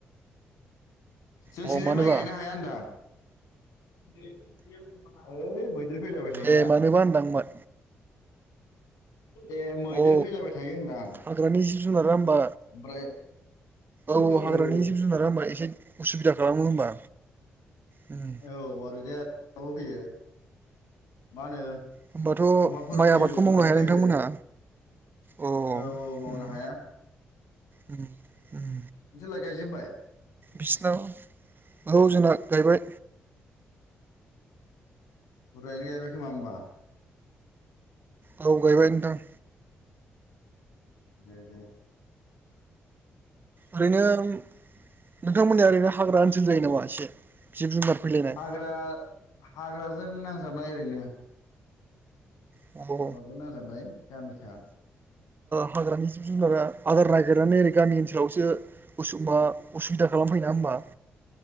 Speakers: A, on the left; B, on the right.
A: जों
B: अ
A: सिंजाय
B: मानोबा
A: माइ गायनो हाया होनदां। <unintelligible> देर फैलायबाय थायोना।
B: ए मानोबा होनदांमोन
A: ए मैदेर
B: अ
A: फैलायबाय थायो होनदां ओमफ्राय
B: हाग्रानि जिब जुनारा होमबा
A: ओ
B: औ हाग्रानि जिब जुनारा होमबा एसे उसुबिदा खालामो होमबा।
A: औ
B: उम
A: आरो <unintelligible> फैयो मा होनो
B: होमबाथ'
A: अमाफोरबो
B: माइ
A: फैयो
B: आबादखौ मावनो
A: उरला
B: हाया
A: फैयो
B: नोंथांमोनहा अ उम
A: औ औ मावनो हाया
B: उम उम
A: नोंसोरलाय गायजेनबाय
B: बिसिनाव औ जोंना गायबाय।
A: बुरजायानो गायबाय खोमा होमबा।
B: औ गायबाय नोंथां।
A: दे दे।
B: ओरैनो नोंथांमोनया ओरैनो हाग्रा ओनसोल जायो नामा एसे जिब जुनार फैलायनाय
A: हाग्रा हाग्राजों नांजाबनाय ओरैनो
B: <unintelligible> ओ
A: हाग्राजों नांजाबनाय गामिखा
B: हाग्रानि जिब जुनारा आदार नागिरनानै ओरै गामि ओनसोलावसो <unintelligible> मा उसुबिदा खालाम <unintelligible> <unintelligible>